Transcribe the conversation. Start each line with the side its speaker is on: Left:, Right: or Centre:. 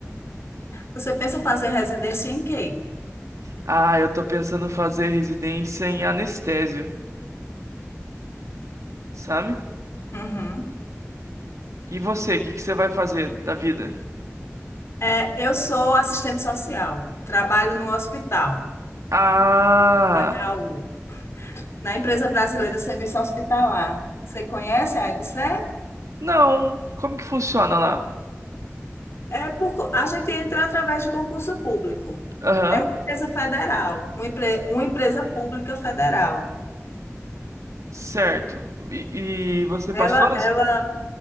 Left: Você pensa em fazer residência em quê?
Right: Ah, eu tô pensando fazer residência em anestésio, sabe?
Left: Uhum.
Right: E você, o que que você vai fazer da vida?
Left: É, eu sou assistente social, trabalho no hospital,
Right: Ah,
Left: HU, na Empresa Brasileira de Serviço Hospitalar. Você conhece a EBSER?
Right: não, como que funciona lá?
Left: É por, co- a gente entra através de concurso público.
Right: Aham,
Left: É uma empresa federal, uma, empre- uma empresa pública federal.
Right: certo. E, e você passou?
Left: Ela, ela,